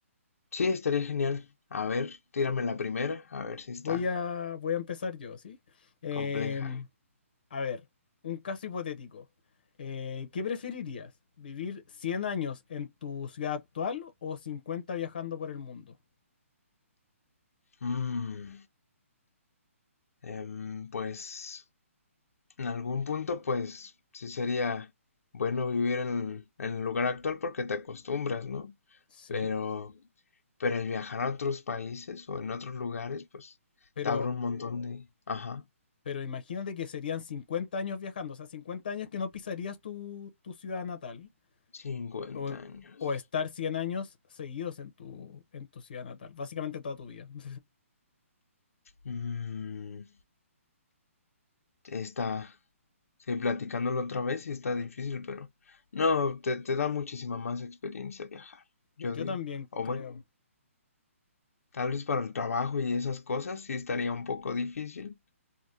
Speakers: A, on the left; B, on the left.
A: Sí, estaría genial. A ver, tírame la primera, a ver si
B: Voy
A: está
B: a, voy a empezar yo, ¿sí? Em,
A: compleja.
B: a ver, un caso hipotético. Eh, ¿qué preferirías? ¿Vivir 100 años en tu ciudad actual o 50 viajando por el mundo?
A: Mm, em, pues, en algún punto, pues, sí sería bueno vivir en en el lugar actual porque te acostumbras, ¿no?
B: Sí,
A: Pero... Pero el viajar a otros países o en otros lugares, pues
B: pero,
A: te abre un montón de... Ajá,
B: pero imagínate que serían 50 años viajando, o sea, 50 años que no pisarías tu, tu ciudad natal
A: 50
B: o,
A: años.
B: o estar 100 años seguidos en tu, en tu ciudad natal, básicamente toda tu vida. <laughs>
A: Mm, está... Sí, platicándolo otra vez y está difícil, pero... No, te, te da muchísima más experiencia viajar, yo
B: Yo
A: digo.
B: también
A: O
B: creo.
A: bueno, tal vez para el trabajo y esas cosas sí estaría un poco difícil,